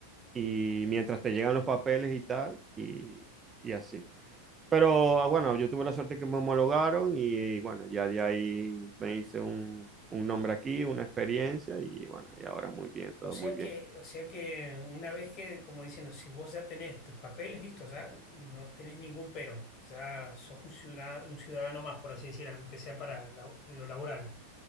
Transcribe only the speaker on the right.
Y mientras te llegan los papeles y tal, y, y así. Pero ah, bueno, yo tuve la suerte que me homologaron y bueno, ya de ahí me hice un, un nombre aquí, una experiencia y bueno, y ahora muy bien, todo
muy
bien.